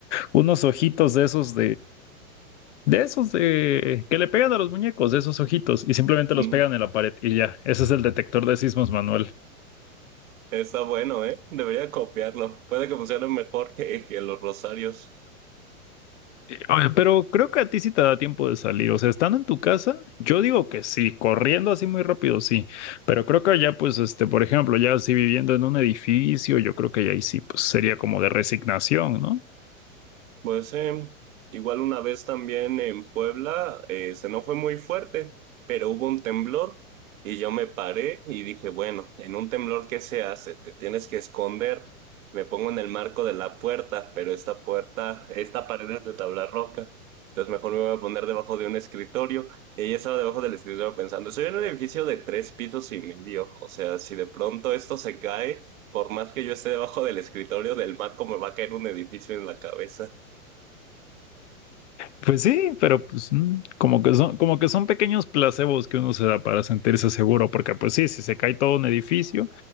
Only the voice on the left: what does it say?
unos ojitos de esos De esos de que le pegan a los muñecos, de esos ojitos, y simplemente los
pegan en la pared y ya. Ese es el detector de sismos manual.
Oye, pero creo que a ti sí te da tiempo de salir. O sea, estando en tu casa, yo digo que sí, corriendo así muy rápido, sí. Pero creo que allá, pues, este, por ejemplo, ya así viviendo en un edificio, yo creo que ya ahí sí, pues sería como de resignación, ¿no?
Pues sí, pero pues mm, como que son, como que son pequeños placebos que uno se da para sentirse seguro, porque pues sí, si se cae todo un edificio,